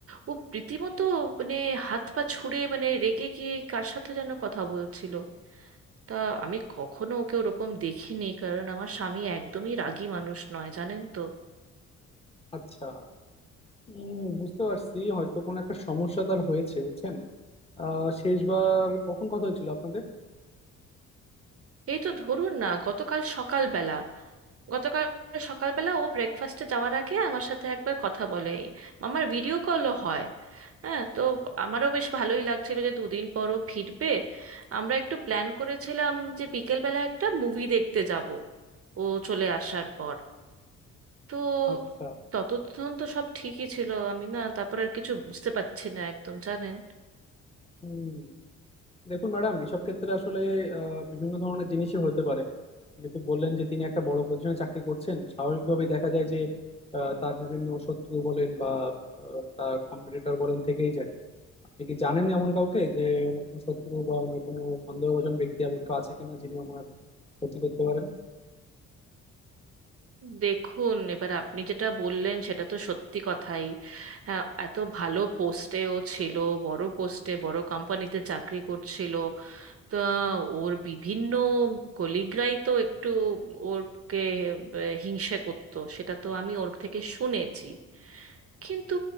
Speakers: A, on the right; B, on the left.
A: ও রীতিমতো মানে হাত পা ছুড়ে মানে রেগে গিয়ে কার সাথে যেন কথা বলছিল তা আমি কখনো ওকে ওরকম দেখিনি কারণ আমার স্বামী একদমই রাগী মানুষ নয় জানেন তো
B: আচ্ছা উম বুঝতে পারছি হয়তো কোনো একটা সমস্যা তার হয়েছে বুঝছেন আহ শেষবার কখন কথা হয়েছিল আপনাদের
A: এই তো ধরুন না গতকাল সকালবেলা গতকাল সকালবেলা ও ব্রেকফাস্টে যাওয়ার আগে আমার সাথে একবার কথা বলে আমার ভিডিও কলও হয় হ্যাঁ তো আমারও বেশ ভালোই লাগছিল যে দুদিন পরও ফিরবে আমরা একটু প্ল্যান করেছিলাম যে বিকেলবেলা একটা মুভি দেখতে যাব ও চলে আসার পর তো
B: আচ্ছা
A: ততক্ষণ তো সব ঠিকই ছিল আমি না তারপর আর কিছু বুঝতে পারছি না একদম জানেন
B: হুম দেখুন ম্যাডাম এসব ক্ষেত্রে আসলে আহ, বিভিন্ন ধরনের জিনিসই হতে পারে যেহেতু বললেন যে তিনি একটা বড় পজিশনে চাকরি করছেন স্বাভাবিকভাবেই দেখা যায় যে আহ, তার বিভিন্ন শত্রু বলেন বা আহ, তার কম্পিটিটর বলেন থেকেই যায় আপনি কি জানেন এমন কাউকে যে ওনার কোনো শত্রু বা ওনার কোনো সন্দেহভাজন ব্যক্তি এমন কেউ আছে কিনা যিনি ওনার ক্ষতি করতে পারেন
A: দেখুন এবার আপনি যেটা বললেন সেটা তো সত্যি কথাই হ্যাঁ এত ভালো পোস্টেও ছিল বড় পোস্টে বড় কোম্পানিতে চাকরি করছিল তা ওর বিভিন্ন কলিগরাই তো একটু ওরকে আহ, হিংসে করতো সেটা তো আমি ওর থেকে শুনেছি কিন্তু